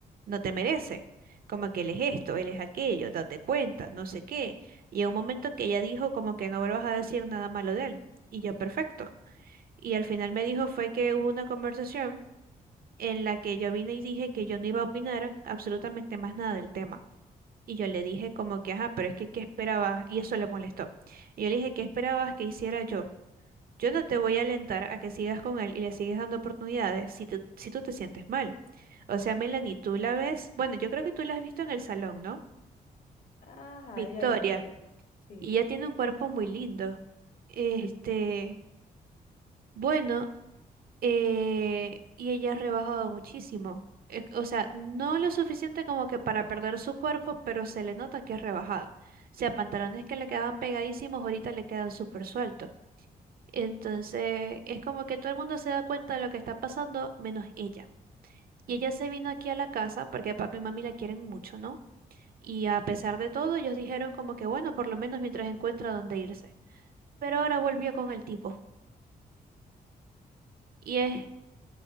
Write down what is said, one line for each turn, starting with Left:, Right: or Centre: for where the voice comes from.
Right: no te merece. Como que él es esto, él es aquello, date cuenta, no sé qué. Y en un momento que ella dijo como que no vuelvas a decir nada malo de él. Y yo, perfecto. Y al final me dijo fue que hubo una conversación en la que yo vine y dije que yo no iba a opinar absolutamente más nada del tema. Y yo le dije como que, ajá, pero es que, ¿qué esperabas? Y eso le molestó. Y yo le dije, ¿qué esperabas que hiciera yo? Yo no te voy a alentar a que sigas con él y le sigues dando oportunidades si, tú- si tú te sientes mal. O sea, Melanie, tú la ves, bueno, yo creo que tú la has visto en el salón, ¿no?
Left: Ajá,
Right: Victoria,
Left: ella ha ido para allá. Sí.
Right: y ella tiene un cuerpo muy lindo. Este, bueno, eh, y ella ha rebajado muchísimo. Eh, O sea, no lo suficiente como que para perder su cuerpo, pero se le nota que es rebajada. O sea, pantalones que le quedaban pegadísimos, ahorita le quedan súper sueltos. Entonces, es como que todo el mundo se da cuenta de lo que está pasando, menos ella. Y ella se vino aquí a la casa porque papi y mami la quieren mucho, ¿no? Y a pesar de todo, ellos dijeron como que, bueno, por lo menos mientras encuentra dónde irse. Pero ahora volvió con el tipo. Y es,